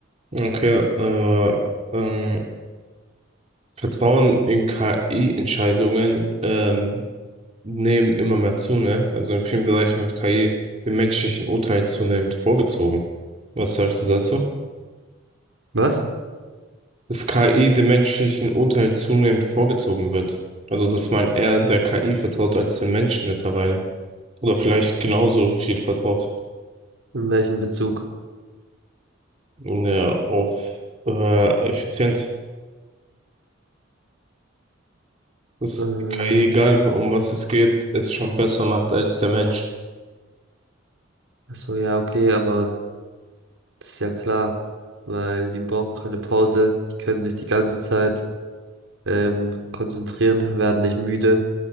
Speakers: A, on the right; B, on the right.
A: Okay. Äh, ähm, Vertrauen in KI-Entscheidungen ähm, nehmen immer mehr zu, ne? Also in vielen Bereichen wird KI dem menschlichen Urteil zunehmend vorgezogen. Was sagst du dazu?
B: Was?
A: dass KI dem menschlichen Urteil zunehmend vorgezogen wird. Also, dass man eher der KI vertraut als den Menschen mittlerweile. Oder vielleicht genauso viel vertraut
B: In welchem Bezug?
A: in der auf äh, Effizienz. Dass
B: Ähm,
A: die KI, egal um was es geht, es schon besser macht als der Mensch.
B: ach so, ja, okay, aber das ist ja klar, weil die brauchen keine Pause, die können sich die ganze Zeit ähm, konzentrieren, werden nicht müde.